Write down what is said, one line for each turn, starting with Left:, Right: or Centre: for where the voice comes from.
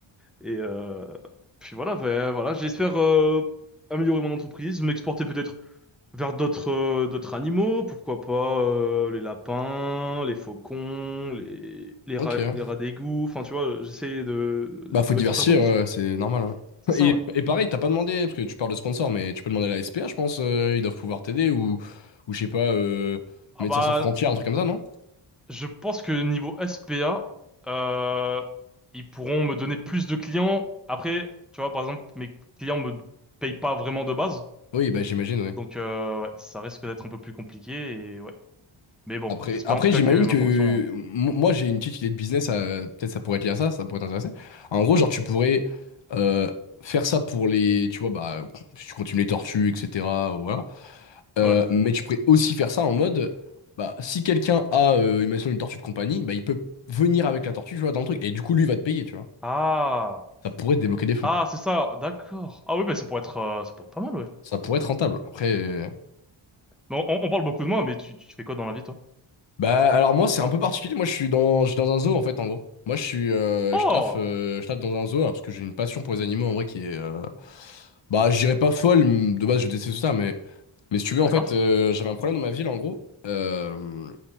Centre: Et, euh, puis voilà, bah, voilà, j'espère, euh, améliorer mon entreprise, m'exporter peut-être vers d'autres euh, d'autres animaux, pourquoi pas euh, les lapins, les faucons, les les
Left: Ok.
Centre: rats, les rats d'égout. Enfin, tu vois, j'essaie de
Left: Bah faut
Centre: de
Left: diversifier,
Centre: m'exporter un peu plus.
Left: ouais,
Centre: Ouais.
Left: ouais, c'est normal. hein.
Centre: C'est ça,
Left: Et,
Centre: ouais.
Left: et pareil, t'as pas demandé, parce que tu parles de sponsor, mais tu peux demander à la SPA, je pense, euh, ils doivent pouvoir t'aider, ou, ou je sais pas, euh,
Centre: Ah
Left: Médecins
Centre: bah,
Left: sans frontières, un truc comme ça, non?
Centre: je pense que niveau SPA, euh, ils pourront me donner plus de clients. Après, tu vois, par exemple, mes clients me payent pas vraiment de base.
Left: Oui, bah j'imagine,
Centre: Donc, euh, ouais, ça risque d'être un peu plus compliqué et ouais. Mais bon,
Left: Après,
Centre: j'espère
Left: après
Centre: en tout cas
Left: j'imagine
Centre: que ma
Left: que
Centre: formation,
Left: mo- moi j'ai une petite idée de business, euh, peut-être ça pourrait être lié à ça, ça pourrait t'intéresser. En gros, genre tu pourrais euh, faire ça pour les, tu vois, bah si tu continues les tortues, etc. Voilà. Euh,
Centre: euh, ouais.
Left: mais tu pourrais aussi faire ça en mode, bah si quelqu'un a, euh, imaginons une tortue de compagnie, bah il peut venir avec la tortue, tu vois, dans le truc. Et du coup, lui va te payer, tu vois.
Centre: Ah!
Left: Ça pourrait te débloquer des fonds.
Centre: Ah, c'est ça, d'accord. Ah oui, mais ça pourrait être, euh, ça pourrait être pas mal, ouais.
Left: Ça pourrait être rentable. Après. euh,
Centre: Mais on, on- on parle beaucoup de moi, mais tu, tu fais quoi dans la vie, toi?
Left: Bah alors moi c'est un peu particulier, moi je suis dans je suis dans un zoo en fait en gros. Moi je suis euh,
Centre: Oh,
Left: je taffe euh, je taffe dans un zoo alors, parce que j'ai une passion pour les animaux en vrai qui est euh, bah je dirais pas folle, m- de base je déteste ça mais mais si tu veux
Centre: d'accord.
Left: en fait euh, j'avais un problème dans ma ville en gros. Euh,